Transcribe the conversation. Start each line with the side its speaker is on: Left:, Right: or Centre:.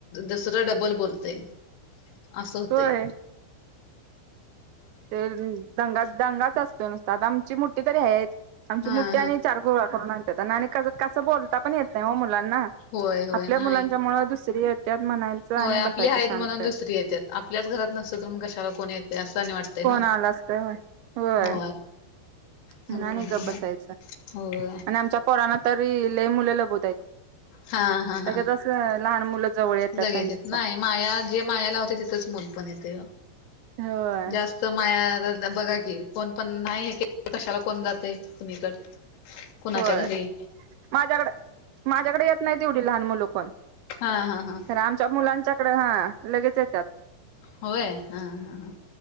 Left: दसरा डबल बोलते असं होत
Right: होय ते दंगा दंगाच असतो नुसत आ आमची मुठठठी तरी आहेत आमची
Left: हा
Right: मुठठी
Left: हा
Right: आणि चार गोळा करून आणतेात आणि कस बोलता पण येत नाही म मुलांना
Left: होय होय
Right: आपल्या
Left: नाही
Right: मुलांच्या मुळं दुसरी यत्यात म्हणायचं
Left: होय
Right: आणि
Left: आपली
Right: बसायचं
Left: आहेत
Right: शांत
Left: म्हणून दुसरी
Right: आहे
Left: येत्यात आपल्याच घरात नसत तर मग कशाला कोणी येते असं वाटतं
Right: फोन
Left: ना
Right: आला असत होय होय
Left: हो हम्
Right: म्हणून आणि गप बसायचं
Left: हो
Right: आणि आमच्या पोराना तरी लले मुले लबोत आहेतघ
Left: हा हा
Right: सग
Left: हा
Right: जस लहान मुलं जवळ येतात
Left: लगेच
Right: त्यांचा
Left: येत नाही माया जे मायाला होते तिथच मुल पण येते
Right: होय
Left: जास्त तर माया बघा की कोण पण नाही कशाला कोण जातय कुणीकड कणाच्या
Right: होय
Left: घरी
Right: माझ्याकडे माझ्याकडे येत नाही तेवढी लहान मुलं कोण
Left: हा हा हा
Right: कारण आमच्या मुलांचा त हा लगेच आहे त्यात
Left: होय हा हा